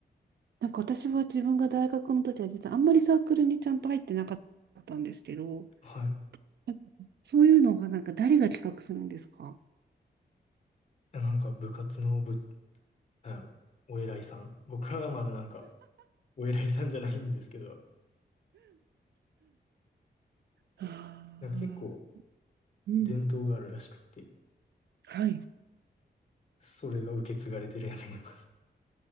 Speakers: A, on the right; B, on the left.
A: なんか私は自分が大学の時は実はあんまりサークルにちゃんと入ってなかったんですけど、
B: はい。
A: なんかそういうのはなんか誰が企画するんですか
B: なんか部活のぶなんやろ、お偉いさん。僕はまだなんか、お偉いさんじゃないんですけど、
A: ああ、
B: なんか結構
A: うん。
B: 伝統があるらしくって、
A: はい。
B: それが受け継がれてるんやと思います。